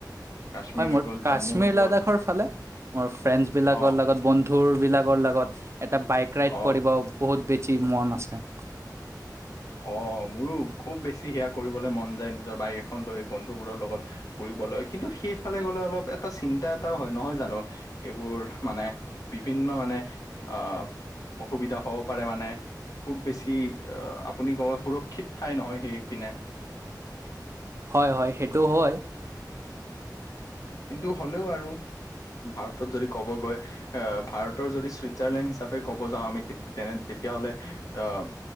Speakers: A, on the left; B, on the right.
A: কাশ্মীৰ
B: হয়
A: হৈ
B: মোৰ
A: গ'ল
B: কাশ্মীৰ
A: জম্মু হৈ গ'ল
B: লাডাখৰ ফালে। মোৰ ফ্ৰেণ্ড বিলাকৰ
A: অ
B: লগত বন্ধু বিলাকৰ লগত এটা বাইক ৰাইড
A: অ
B: কৰিব। বহুত বেচি মন আছে।
A: অ' মোৰো খুব বেছি সেয়া কৰিবলে মন যায় নিজৰ বাইক এখন লৈ বন্ধুবোৰৰ লগত ফুৰিবলৈ কিন্তু সেইফালে গ'লে অলপ এটা চিন্তা এটাও হয় নহয় জানো? এইবোৰ মানে বিভিন্ন মানে অ' অসুবিধা হ'ব পাৰে মানে খুব বেছি আপুনি কয় সুৰক্ষিত ঠাই নহয় সেই পিনে।
B: হয়, হয় সেইটো হয়।
A: কিন্তু হ'লেও আৰু ভাৰতত যদি ক'ব গৈ অ'ভাৰতৰ যদি চুইজাৰলেণ্ড হিচাপে ক'ব যাওঁ আমি তে-তেনে তেতিয়াহলে অ'